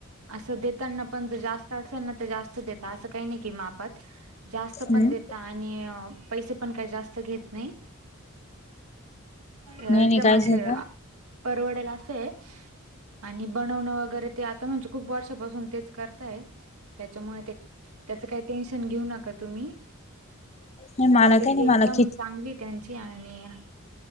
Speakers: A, on the right; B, on the left.
A: असं देताना पण जास्त असेल ना तर जास्त देतात असं काही नाही की मापात जास्त
B: हम्म
A: पण देत आणि पैसे पण काही जास्त घेत नाही एकदम
B: नाही नाही काय
A: असे
B: झालं
A: परवडेल असेय आणि बनवणं वगैरे ते आता म्हणजे खूप वर्षापासून तेच करताय त्याच्यामुळे ते त्याच काही टेन्शन घेऊ नका तुम्ही
B: नाही मला
A: क्वालिटी
B: काही नाही मला
A: एकदम
B: खि
A: चांगली त्यांची आणि